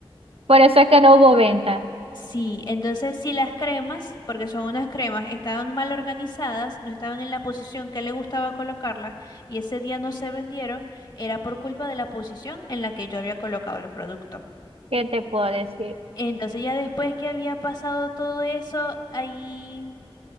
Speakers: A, on the right; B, on the left.
A: Por eso es que no hubo venta.
B: Sí, entonces si las cremas, porque son unas cremas, estaban mal organizadas, no estaban en la posición que le gustaba colocarlas y ese día no se vendieron, era por culpa de la posición en la que yo había colocado el producto.
A: ¿Qué te puedo decir?
B: Entonces ya después que había pasado todo eso, ahí,